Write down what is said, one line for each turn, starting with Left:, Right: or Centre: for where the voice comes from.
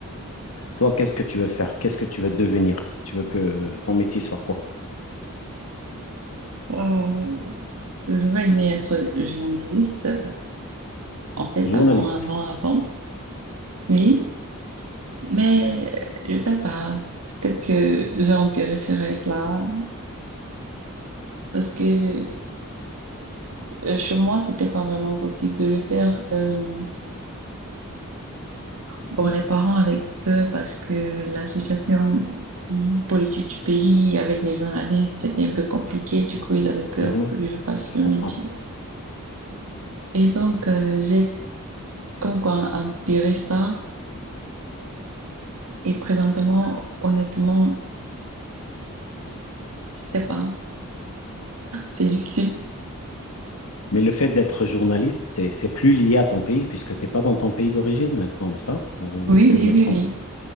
Left: Toi, qu'est-ce que tu veux faire? Qu'est-ce que tu veux devenir? Si Tu veux que ton métier soit quoi?
Right: Wow. J'aurais aimé être journaliste, euh, en fait,
Left: Journaliste.
Right: avant, avant, avant. Oui. Mais je sais pas. Peut-être que j'ai enterré ce rêve-là. Parce que euh, chez moi, c'était pas vraiment possible de le faire. Euh, bon, les parents avec peu parce que la situation hum, politique du pays avec les journalistes, c'était un peu compliqué. Du coup, ils avaient peur
Left: Mhm,
Right: que je fasse
Left: je
Right: ce métier.
Left: comprends.
Right: Et donc, euh, j'ai comme quoi empiré ça. Et présentement, honnêtement, je sais pas. C'est difficile.
Left: Mais le fait d'être journaliste, c'est, c'est plus lié à ton pays puisque tu n'es pas dans ton pays d'origine maintenant, n'est-ce pas? Ou
Right: Oui,
Left: Est-ce que
Right: oui,
Left: je me
Right: oui,
Left: trompe?
Right: oui.